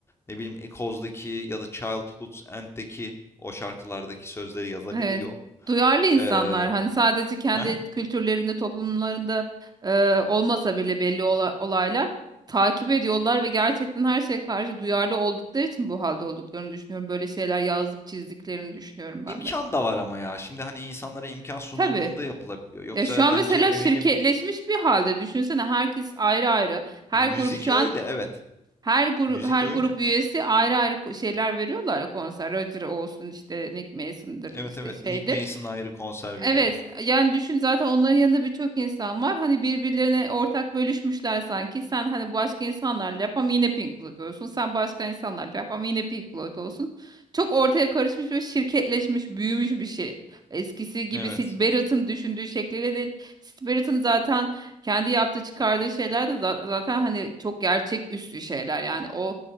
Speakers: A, on the left; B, on the right.
A: ne bileyim Echoes'daki ya da Childhood's End'deki o şarkılardaki sözleri yazabiliyor.
B: evet. Duyarlı insanlar
A: Ee,
B: hani sadece kendi
A: hı. hı.
B: kültürlerinde, toplumlarında e, olmasa bile belli ola- olaylar takip ediyorlar ve gerçekten her şeye karşı duyarlı oldukları için bu halde olduklarını düşünüyorum. Böyle şeyler yazıp çizdiklerini düşünüyorum ben
A: imkan
B: de.
A: da var ama ya şimdi hani insanlara imkan sunulduğunda
B: Tabii.
A: yapılabiliyor. Yoksa
B: Ya şu an
A: bence
B: mesela
A: eminim
B: şirketleşmiş bir halde. Düşünsene herkes ayrı ayrı. Her
A: müzik
B: grup şu
A: öyle
B: an
A: evet
B: Her grup
A: müzik
B: her
A: öyle.
B: grup üyesi ayrı ayrı ko- şeyler veriyorlar ya konser. Roger olsun işte Nick Mason'dır
A: Evet
B: işte
A: evet
B: şeydir.
A: Nick Mason ayrı konser
B: Evet
A: veriyor.
B: yani düşün zaten onların yanında birçok insan var. Hani birbirlerine ortak bölüşmüşler sanki. Sen hani başka insanlarla yap ama yine Pink Floyd olsun. Sen başka insanlarla yap ama yine Pink Floyd olsun. Çok ortaya karışmış ve şirketleşmiş, büyümüş bir şey. Eskisi gibi
A: Evet.
B: Syd Barrett'ın düşündüğü şekliyle değil. Syd Barrett'ın zaten kendi yaptığı çıkardığı şeyler de za- zaten hani çok gerçek üstü şeyler. Yani o